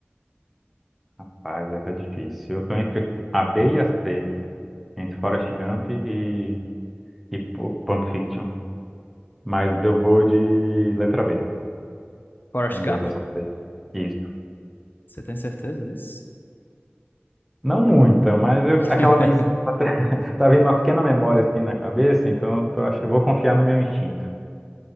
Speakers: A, in the centre; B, on the left.
A: Rapaz, essa é difícil. Eu tô entre a B e a C, entre Forrest Gump e, e Pu- Pulp Fiction. Mas eu vou de letra B.
B: Forrest
A: Vamos
B: Gump?
A: ver se eu acertei. Isso.
B: Você tem certeza disso?
A: Não muita, mas eu,
B: <laughs>
A: aquela mensagem <laughs> tá vindo uma pequena memória assim na cabeça, então eu, tô ach- eu vou confiar no meu instinto.